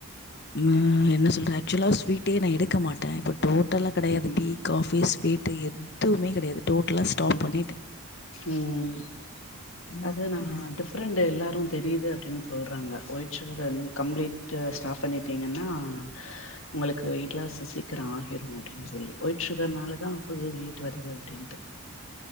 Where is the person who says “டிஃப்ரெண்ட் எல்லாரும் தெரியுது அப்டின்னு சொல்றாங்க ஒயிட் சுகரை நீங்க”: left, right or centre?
Left